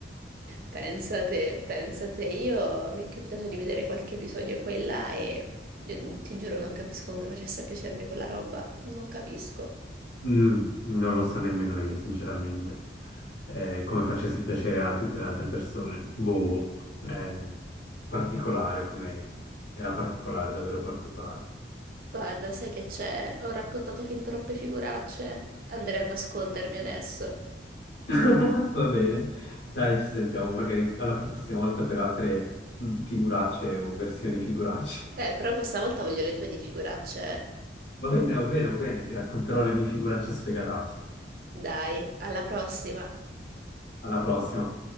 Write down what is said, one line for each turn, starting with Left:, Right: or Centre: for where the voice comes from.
Right: Pensate, pensate, io mi è capitato di vedere qualche episodio qua e là e eh, ti giuro non capisco come facesse a piacermi quella roba, non capisco.
Left: Mm, non lo so nemmeno io, sinceramente. Eh, come facesse piacere a tutte le altre persone. Boh, eh, particolare come... Era particolare, davvero particolare.
Right: Guarda, sai che c'è? Ho raccontato fin troppe figuracce, andrei a nascondermi adesso.
Left: <laughs> Va bene, dai, ci sentiamo magari alla prossima volta per altre mm, figuracce o versioni figuracce.
Right: Eh, però questa volta voglio le tue di figuracce.
Left: Va bene, va bene, va bene, ti racconterò le mie figuracce sfegatate.
Right: Dai, alla prossima.
Left: Alla prossima.